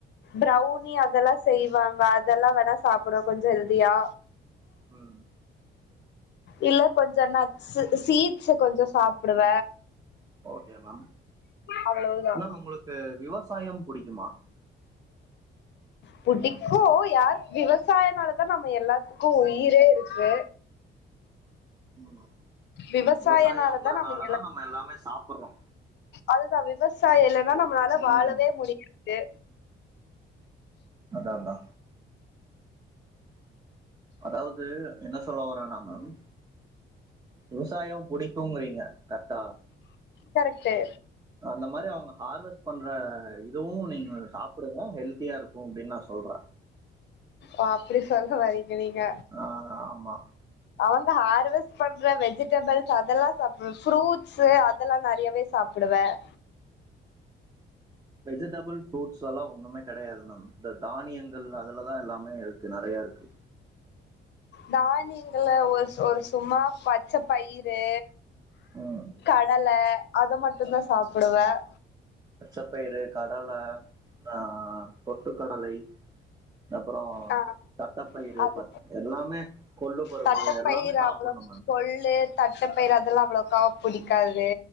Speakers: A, on the left; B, on the right.
A: ப்ரௌனி அதெல்லா செய்வாங்க அதெல்லா வேணா சாப்றோ கொஞ்சோ ஹெல்த் தியா
B: ம்
A: இல்ல கொஞ்சோ நட்ஸ் சீட்ஸ் கொஞ்சோ சாப்டுவ
B: ஓகே மேம்
A: அவ்ளோதா
B: மேம் உங்களுக்கு விவசாயம் புடிக்குமா
A: புடிக்கு யார் விவசாயனாலதா நம்ம எல்லாத்துக்கு உயிரே இருக்கு
B: ம்
A: விவசாயனாலதா
B: விவசாயம்ங்கிறனால
A: நம்ம இங்கல்லா
B: தான் எல்லாமே சாப்புறோ
A: அதுதா விவசாயோ இல்லனா நம்மளால வாழவே
B: ம்
A: முடியாது
B: அதா அதா அதாவது என்ன சொல்ல வர்ரனா மேம் விவசாயோ புடிக்குங்றீங்க கர்ட்டா
A: கரெக்ட்டு
B: அந்த மாரி அவுங்க ஹார்வெஸ் பண்ற இதுவு நீங்க சாப்டுங்க ஹெல்த்தியா இருக்கு அப்டின் நா சொல்ற
A: ஓ அப்டி சொல்ல வரீங்க நீங்க
B: அ ஆமா
A: அவுங்க ஹார்வெஸ்ட் பண்ற வெஜிடபிள்ஸ் அதெல்லா சாப்டுவேன் ஃப்ரூட்ஸ் அதெல்லா நெறையவே சாப்டுவேன்
B: வெஜிடபள்ஸ் ஃப்ரூட்ஸ் எல்லா ஒன்னுமே கெடையாது மேம் இந்த தானியங்கள் அதுலதா எல்லாமே இருக்கு நெறையா இருக்கு
A: தானியங்கள்ல ஒரு ஒரு சும்மா பச்ச பயிரு,
B: ம்
A: கடல அத மட்டுந்தா சாப்டுவேன்
B: பச்சப்பயிறு, கடலை ஆ பொட்டுக்கடலை அப்றோ
A: ஆ
B: தட்டப்பயிறு
A: அது
B: ப எல்லாமே கொள்ளு பருப்பு
A: தட்டப்பயிர்
B: எல்லாமே சாப்பணும்
A: அவ்ளோ
B: மேம்
A: கொள்ளு தட்ட பயிரு அதெல்லா அவ்ளக்கா புடிக்காது